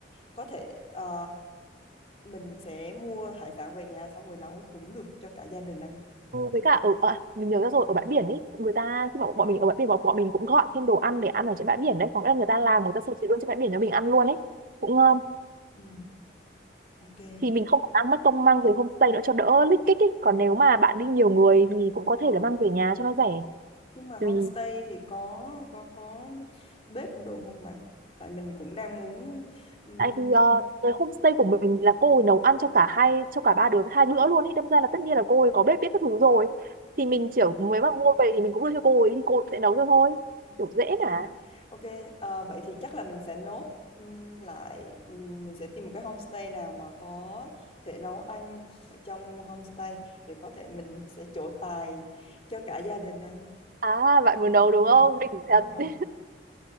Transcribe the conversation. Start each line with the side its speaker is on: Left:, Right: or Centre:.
Left: có thể ờ, mình sẽ mua hải sản về nhà xong rồi nấu cũng được cho cả gia đình ăn.
Right: Ừ, với cả ở à, mình nhớ ra rồi ở bãi biển ấy người ta khi mà bọn mình ở bãi biển bọn, bọn mình cũng gọi thêm đồ ăn để ăn ở trên bãi biển đấy có nghĩa là người
Left: Ừ.
Right: ta làm người ta sơ chế luôn trên bãi biển cho mình ăn luôn ấy cũng ngon
Left: Ừ, ok.
Right: thì mình không ăn mất công mang về homestay nữa cho đỡ lích kích ấy còn nếu mà bạn đi nhiều người thì cũng có thể là mang về nhà cho nó rẻ
Left: Nhưng mà homestay
Right: tùy
Left: thì có có có bếp đồ không bà? Tại mình cũng đang muốn ừm,
Right: tại vì ờ, cái homestay của mình là cô ấy nấu ăn cho cả hai cho cả ba đứa hai bữa luôn ấy đâm ra là tất nhiên là cô ấy có bếp biết các thứ rồi thì mình
Left: ừm,
Right: chỉ mới mà mua về thì mình cũng đưa cho cô ấy thì cô ấy sẽ nấu cho thôi
Left: Ừ,
Right: kiểu dễ
Left: Ok,
Right: mà
Left: ok. ờ, vậy thì chắc là mình sẽ nốt ừm, lại, ừm, mình sẽ tìm một cái homestay nào mà có thể nấu ăn ở trong homestay để có thể mình sẽ trổ tài cho cả gia đình ăn.
Right: à bạn muốn
Left: Ừm,
Right: nấu đúng không đỉnh
Left: đúng
Right: thật
Left: rồi.